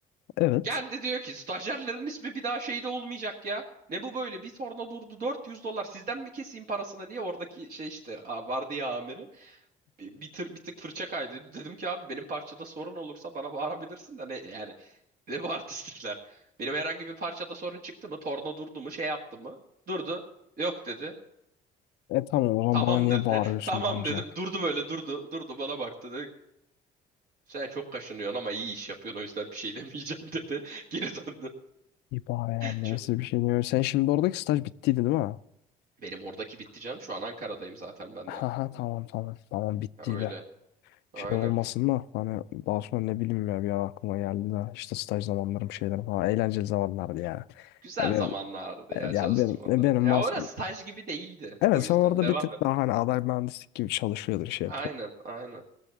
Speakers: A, on the left; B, on the right.
A: evet.
B: Geldi diyor ki stajyerlerin ismi bir daha şeyde olmayacak ya. Ne bu böyle? Bir torna durdu 400 dolar sizden mi keseyim parasını diye oradaki şey işte a- vardı ya amiri bir, bir, tır- bir tık fırça kaydı. Dedim ki abi benim parçada sorun olursa bana bağırabilirsin de ne yani ne bu artistlikler. Benim herhangi bir parçada sorun çıktı mı? Torna durdu mu? Şey yaptı mı? Durdu. Yok dedi.
A: E tamam o zaman
B: Tamam
A: bana niye
B: dedi.
A: bağırıyorsun
B: E, tamam
A: be amca?
B: dedim. Durdu böyle durdu. Durdu bana baktı dedi. ki, Sen çok kaşınıyorsun ama iyi iş yapıyorsun o yüzden bir şey demeyeceğim dedi. <laughs> Geri döndü.
A: Bir bağır yani
B: Çok-
A: nasıl bir şey diyor. Sen şimdi oradaki staj bittiydi değil mi?
B: Benim oradaki bitti canım. Şu an Ankara'dayım zaten ben
A: Aha
B: de.
A: tamam tamam. Tamam bittiydi.
B: Ya öyle. Aynen.
A: şey olmasın da hani daha sonra ne bileyim ya bir an aklıma geldi de işte staj zamanlarım şeyler falan eğlenceli zamanlardı ya.
B: Güzel
A: Ya benim,
B: zamanlardı ya
A: evet ya
B: çalıştığım
A: benim,
B: Adana.
A: benim
B: Ya
A: bahs-
B: orası staj gibi değildi.
A: evet
B: O yüzden.
A: sen orada
B: Devam
A: bir tık
B: et.
A: daha hani aday mühendislik gibi çalışıyordun şey
B: Aynen.
A: yapıyor.
B: Aynen.